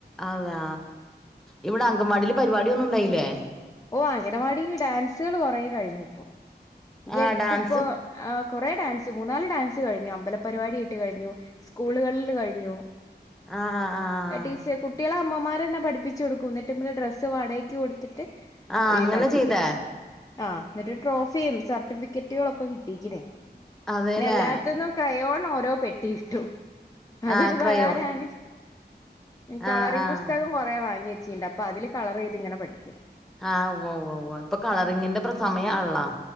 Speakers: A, in the centre; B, on the left.
A: അതാ ഇവിടെ അങ്കൻവാടിൽ പരിപാടിയൊന്നുംണ്ടായില്ലേ
B: ഓ അംഗനവാടിയില് ഡാൻസുകൾ കൊറെ കഴിഞ്ഞുപ്പോ ഈ
A: ആഹ്
B: അടുത്തിപ്പോ
A: ഡാൻസ്
B: ആഹ് കൊറെ ഡാൻസ് മൂന്നാല് ഡാൻസ് കഴിഞ്ഞു അമ്പല പരിപാടി ഇട്ട് കഴിഞ്ഞു സ്കൂളുകളിൽ കഴിഞ്ഞു
A: ആഹ് ആഹ് ആഹ്
B: ടീച്ചർ കു ട്ടിളെ അമ്മമാരെന്നെ പഠിപ്പിച്ച് കൊടുക്കും എന്നിട്ട്മ്മൾ ഡ്രസ്സ് വാടകയ്ക്ക് കൊടുത്തിട്ട്
A: ആഹ് അങ്ങനെ
B: കളിപ്പിക്കും
A: ചെയ്തേ
B: ആഹ് എന്നിട്ട് ട്രോഫിയും സർട്ടിഫിക്കറ്റ് പെട്ടികളൊക്കെ കിട്ടിക്ക്ണ് പിന്നെ
A: അതേല്ലേ
B: എല്ലായിടത്ത്ന്നും ക്രയോൺ ഓരോ പെട്ടിയിട്ടു അതൊരു
A: ആഹ് ക്രയോൺ
B: പകാരാണ് കളറി
A: ആഹ് ആഹ്
B: പുസ്തകം കൊറെ വാങ്ങി വെച്ചിണ്ട് അപ്പൊ അതില് കളർ ചെയ്ത് ഇങ്ങനെ പഠിക്കും
A: ആഹ് ഉവ്വ് ഉവ്വ വ്വ ഇപ്പ കളറിങ്ങിന്റെ പ്ര സമയണള്ളോ